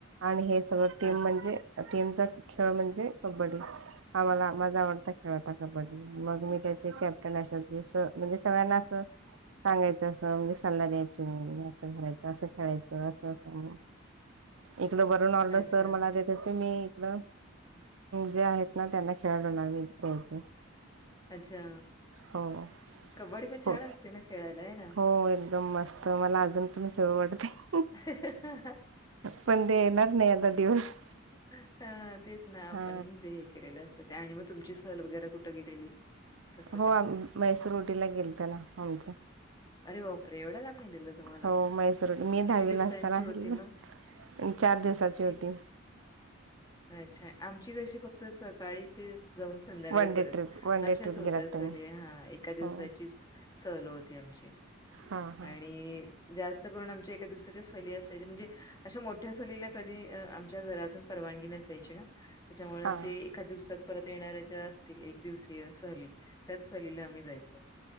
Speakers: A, on the right; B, on the left.
A: आणि हे सगळं टीम
B: हां,
A: म्हणजे,
B: हां.
A: टीमचा खेळ
B: अच्छा,
A: म्हणजे कबड्डी. हा मला माजा आवडता खेळता कबड्डी, मग मी त्याचे कॅप्टन असल जे स म्हणजे सगळ्यांना असं- सांगायचं अस म्हणजे सल्ला द्यायची, नसत करायचं असं खेळायचं असं असं म्हणून. इकडं बरून ऑलर
B: अच्छा,
A: सर मला <unintelligible> तु मी इथलं जे आहेत ना त्यांना खेळाळ लावी द्यायचे <unintelligible>
B: अच्छा.
A: हो.
B: कबड्डी पण छान
A: हो.
B: असते ना खेळायला, हे ना?
A: हो एकदम मस्त मला अजून पण खेळू वाटतंय.
B: <inaudible>
A: पण ते येणार नाही आता दिवस.
B: हा तेच ना, आपण
A: हा
B: जे हे केलेलं असत ते आणि मग तुमची सहल वगैरे कुठं गेलेली? कसं
A: हो
B: काय?
A: आम म्हैसूर उटीला गेलत ना आमचं.
B: अरे बापरे! एवढ्या लांब नेलेलं तुम्हाला?
A: हो, मैसूर- मी दहावीला
B: किती दिवसांची
A: असताना
B: होती
A: गेले-
B: मग?
A: ते चार दिवसाची होती.
B: कित अच्छा आमची कशी फक्त सकाळी ते जाऊन संध्याकाळी
A: वन डे
B: परत
A: ट्रिप वन डे
B: अशाच
A: ट्रिप
B: होत
A: गेलात
B: सहली
A: तुम्ही
B: हा एका दिवसाची
A: हो हो
B: सहल हो ती आमची
A: हां हां
B: आणि जास्त करून आमच्या एका दिवसाच्या सहली असायच म्हणजे अश्या मोठ्या सलीला कधी आमच्या घरातून परवानगी नसायची ना. तेच्यामुळ
A: हां
B: जे एका दिवसात परत येणाऱ्या ज्या असतील एक दिवसीय सहली त्याच सहलीला आम्ही जायचो.